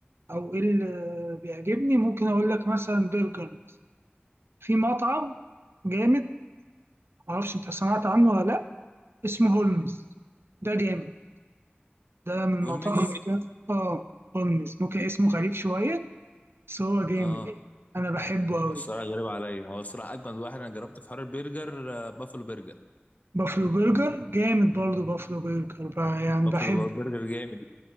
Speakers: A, on the right (about 75°); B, on the left (about 40°).
A: او ايه اللي بيعجبني ممكن اقول لك مثلا برجر مثلا في مطعم جامد معرفش انت سمعت عنه ولا لا اسمه هولمز ده جامد ده من المطاعم
B: بولمز
A: اه هولمز ممكن اسمه غريب شويه بس هو جامد
B: اه
A: يعني انا بحبه قوي
B: الصراحه غريب عليا هو الصراحه اجمد واحد انا جربته في حوار البرجر آه، بافلو برجر
A: بافلو برجر جامد برضه بافلو برجر بقى يعني
B: بافلو
A: بحب
B: برجر جامد